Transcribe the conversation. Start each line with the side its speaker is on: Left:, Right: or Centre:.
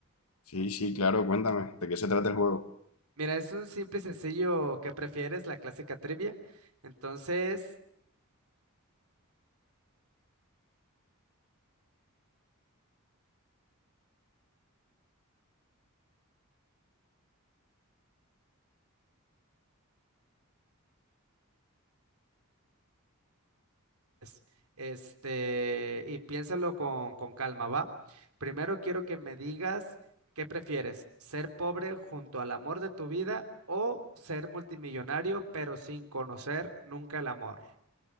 Left: Sí, sí, claro, cuéntame, ¿de qué se trata el juego?
Right: Mira, es un simple y sencillo ¿qué prefieres? La clásica trivia. Entonces, es, Este, y piénsalo con, con calma, ¿va? Primero quiero que me digas qué prefieres, ser pobre junto al amor de tu vida o ser multimillonario pero sin conocer nunca el amor.